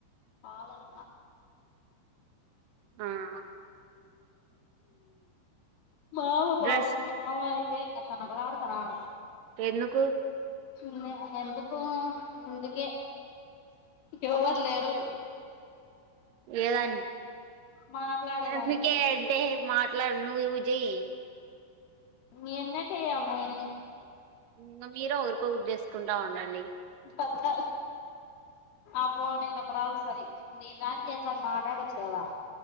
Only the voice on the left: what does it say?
రాలె ఇంక
మావ
పాపం మావయితే ఇంగ తనకలాడుతున్నాడు.
ఉమ్ ఎందుకు ఇందుకే ఎవరు లేరు
మాట్లాడేదానికి
మీ ఎన్నట్టేయాలి నేనేయా
అబ్బా ఆ ఫోను రాదు సరే, నీ దానికి చేస్తాను మాట్లాడవచ్చు కదా.